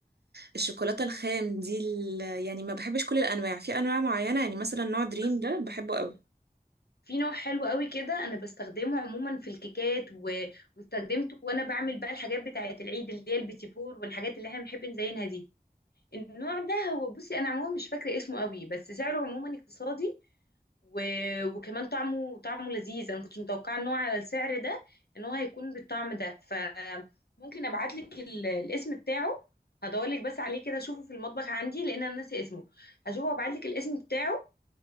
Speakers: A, on the right; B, on the left.
A: الشوكولاتة الخام دي ال- يعني ما بحبش كل الأنواع في أنواع معينة يعني مثلا نوع دريم
B: بس
A: ده بحبه قوي
B: في نوع حلو قوي كده انا بستخدمه عموما في الكيكات و... واستخدمته وانا بعمل بقى الحاجات بتاعه العيد اللي هي البيتي فور والحاجات اللي احنا بنحب نزينها دي النوع ده هو بصي انا عموما مش فاكره اسمه قوي بس سعره عموما اقتصادي و... وكمان طعمه طعمه لذيذ انا ما كنتش متوقعه ان هو على السعر ده ان هو هيكون بالطعم ده فممكن ابعت لك ال... الاسم بتاعه هدور لك بس عليه كده اشوفه في المطبخ عندي لان انا ناسي اسمه هشوفه وابعت لك الاسم بتاعه